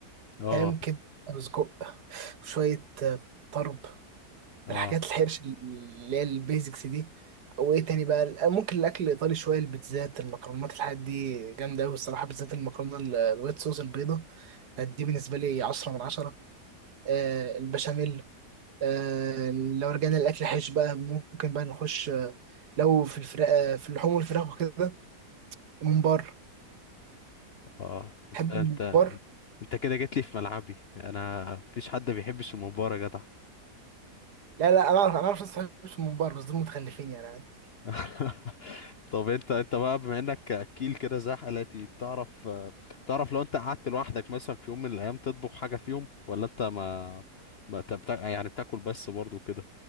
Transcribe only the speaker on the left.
اه
اه
اه انت
انت
انت كده جيت لي في ملعبي انا مفيش حد بيحبش المباراة يا جدع
<laughs> طب انت انت بقى بما انك اكيل كده زي حالاتي بتعرف آه، تعرف لو انت قعدت لوحدك مثلا في يوم من الايام تطبخ حاجة فيهم ولا انت ما ما انت بتا... يعني بتاكل بس برضو كده